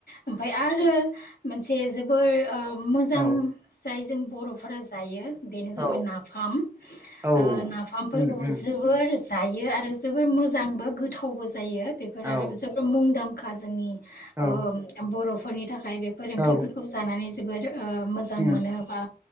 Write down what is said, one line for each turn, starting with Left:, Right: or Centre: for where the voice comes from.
Left: ओमफाय आरो मोनसे जोबोर ओ मोजां
Right: औ
Left: जाय जों बर' जायो बेनो
Right: औ
Left: जाबाय नाफाम ओ
Right: औ
Left: नाफामफोरखौबो
Right: उम उम
Left: जोबोर जायो आरो जोबोर मोजांबो गोथावबो जा जायो बेफोर
Right: औ
Left: आरो जोबोद मुंदां खा जोंनि
Right: औ
Left: ओ बर' फो फोरनि थाखा खाय बेफोर ओंख्रिफोरखौ
Right: औ
Left: जानानै जोबोर ओ मोजां
Right: उम
Left: मोनो बा